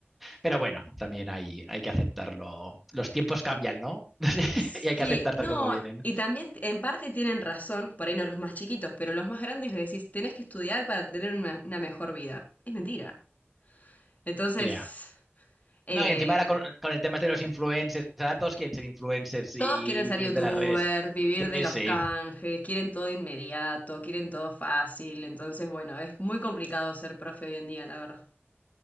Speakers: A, in the centre; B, on the left.
A: Pero bueno, también hay, hay que aceptarlo. Los tiempos cambian, ¿no? <laughs>
B: sí,
A: y hay que aceptar tal
B: no,
A: como vienen.
B: y también en parte tienen razón, por ahí no los más chiquitos, pero los más grandes les decís, tenés que estudiar para tener una, una mejor vida. Es mentira. Entonces,
A: Ya.
B: eh,
A: No, y encima ahora con, con el tema este de los influencers, ahora todos quieren ser influencers
B: Todos
A: y
B: quieren
A: vivir
B: ser youtubers,
A: de las redes.
B: vivir de
A: Sí,
B: los
A: sí.
B: canjes, quieren todo inmediato, quieren todo fácil. Entonces, bueno, es muy complicado ser profe hoy en día, la verdad,